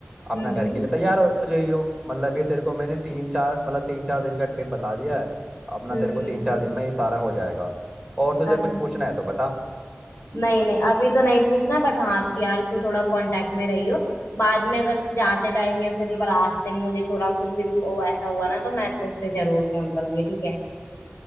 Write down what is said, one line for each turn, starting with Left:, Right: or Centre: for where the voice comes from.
Centre: अपना
Left: हम्म
Centre: घर
Left: हम्म
Centre: के लिए तैयार हो जाइयो मतलब ये तेरे को मैंने तीन चार मतलब तीन चार दिन का ट्रिप बता दिया है अपना
Left: हम्म,
Centre: तेरे को तीन चार दिन में ये सारा हो जाएगा और तुझे
Left: अरे
Centre: कुछ पूछना है तो बता
Left: नहीं नहीं अभी तो नहीं पूछना बट हाँ यार तू थोड़ा कांटेक्ट में रही हो बाद में अगर जाते टाइम या फिर रास्ते में मुझे थोड़ा कुछ भी वो ऐसा हुआ ना तो मैं तुझसे जरूर फोन करूंगी ठीक है